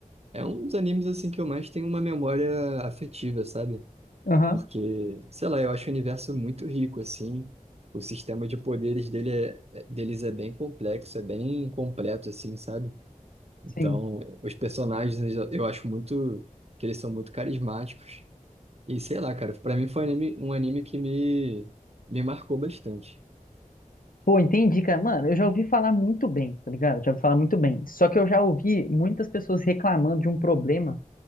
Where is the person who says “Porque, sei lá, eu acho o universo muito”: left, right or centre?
Right